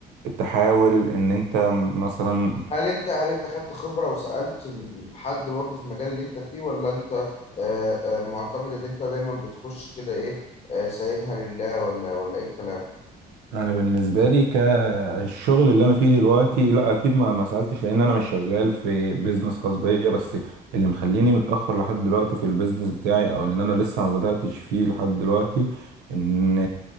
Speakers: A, on the right; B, on the left.
A: تحاول إن أنت مثلا
B: هل انت هل انت خدت خبرة وسألت حد برضه في المجال اللي انت فيه ولا انت آه، آه، معتمد اللي انت دايما بتخش كده ايه آه، سايبها لله ولا ولا ايه الكلام
A: انا بالنسبه لي كالشغل اللي انا فيه دلوقتي لا اكيد ما ما سالتش لان انا مش شغال في بيزنس خاص بيا بس اللي مخليني متاخر لحد دلوقتي في البيزنس بتاعي او ان انا لسه ما بداتش فيه لحد دلوقتي ان